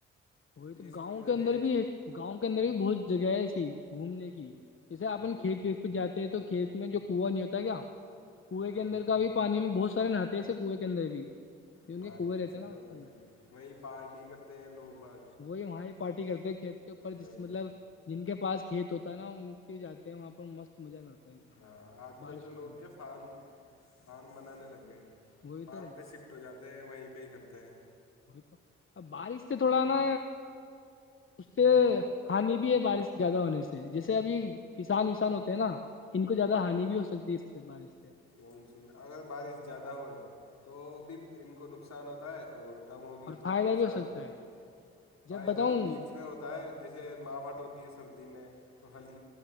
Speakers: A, on the left; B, on the left.
A: وہی
B: پیسفل
A: تو گاؤں کے
B: جگہ
A: اندر بھی ہے گاؤں کے اندر بھی بہج جگہ ای سسی گھومنے کی جیسے اپن
B: ہوں
A: کھیت پیت پہ جاتے ہیں تو کھیت میں جو کنو نہیں ہوتا کیا کنویں
B: ہاں
A: کے اندر کا بھی پانی میں بہت سارے نہاتے سے کنویں کے اندر بھی جو
B: ہماری
A: ان کے کنویں
B: اچھی
A: رہتے ہیں
B: بائی
A: نا اس
B: باتی
A: کے اندر
B: وہی پارٹی کرتے ہیں لوگ بت
A: وہی وہاں ہی پارٹی کرتے کھیت کے اوپر
B: وہیں
A: جس مطلب جن کے پاس یہ تو ہوتا نا ان کے جاتے ہیں وہاں پر مست مزہ کرتے ہیں ایک دم
B: ہاں آج کل
A: بارشوں
B: تو
A: کے
B: لوگ
A: اندر
B: کیا فارم فارم بنانے لگ گئے
A: وہی
B: فارم
A: تو
B: پہ شفٹ ہو جاتا تے وہیں پہ ہی کرتے ہیں
A: تو ا بارش سے تھوڑا نا اس سے ہانی بھی ہے بارش زیادہ ہونے سے جیسے ابھی کسان وسان ہوتے ہیں نا ان کو زیادہ ہانی بھی ہو سکتی اس سے بارش سے
B: منس اگر بارش زیادہ ہوئے تو بھی ان کو نقصان ہوتا ہے اور کم ہوگی
A: اور
B: تو
A: فائدہ
B: بھی نقصان
A: ہو سکتا
B: ہوتا ہے فائدہ
A: جب بتاؤں
B: تو بیچ میں ہوتا ہے جیسے ماوٹ ہوتی ہے سردی میں تو ہلدی